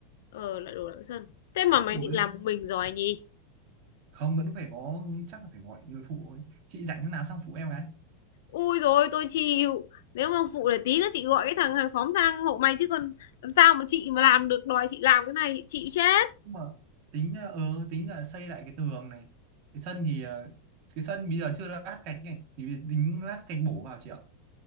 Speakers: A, on the left; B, on the right.
A: Ờ, lại đổ lại cái sân. Thế mà mày
B: đổ
A: định
B: cái...
A: làm một mình rồi nhỉ?
B: không vẫn phải có chắc là phải gọi người phụ ấy. chị rảnh lúc nào sang phụ em cái
A: Ui rồi tôi chịu. Nếu mà phụ để tí nữa chị gọi cái thằng hàng xóm sang hộ mày chứ còn làm sao mà chị mà làm được đòi chị làm cái này chị chịu chết.
B: nhưng mà tính là ờ tính là xây lại cái tường này cái sân thì ờ, cái sân bây giờ chưa lát gạch này thì tính lát gạch bổ vào chị ạ